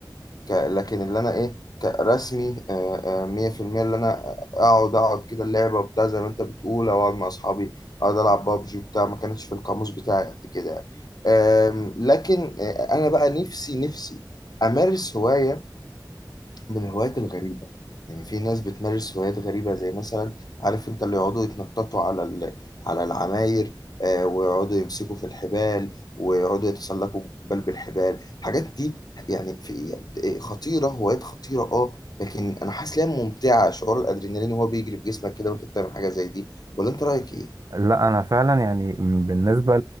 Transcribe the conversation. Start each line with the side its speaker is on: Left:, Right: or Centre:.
Left: ك لكن اللي انا ايه كرسمي آه، آه، 100% اللي انا اقعد اقعد كده اللعبه وبتاع زي ما انت بتقول او اقعد مع اصحابي اقعد العب بابجي وبتاع ما كانتش في القاموس بتاعي قد كده يعني. آم، لكن آه، انا بقى نفسي نفسي امارس هوايه من الهوايات الغريبة يعني في ناس بتمارس هوايات غريبة زي مثلا عارف انت اللي يقعدوا يتنططوا على ال... على العماير آه ويقعدوا يمسكوا في الحبال ويقعدوا يتسلقوا جبال بالحبال الحاجات دي يعني في خطيرة هوايات خطيرة اه لكن انا حاسس ليها ممتعة شعور الادرينالين وهو بيجري في جسمك كده وانت بتعمل حاجة زي دي ولا انت رأيك ايه؟
Right: لا انا فعلا يعني بالنسبه